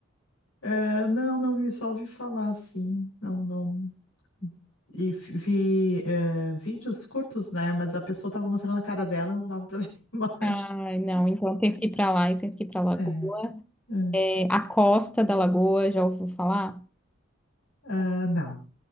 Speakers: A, on the left; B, in the centre.
A: É, não, não vi, só ouvi falar assim. Não, não. E f- vi é, vídeos curtos, né? Mas a pessoa tava mostrando a cara dela, não dava pra <laughs> ver a imagem.
B: Ai, não. Então tens que ir pra lá e tens que ir pra Lagoa.
A: É, é.
B: É, a Costa da Lagoa, já ouviu falar?
A: Ah, não.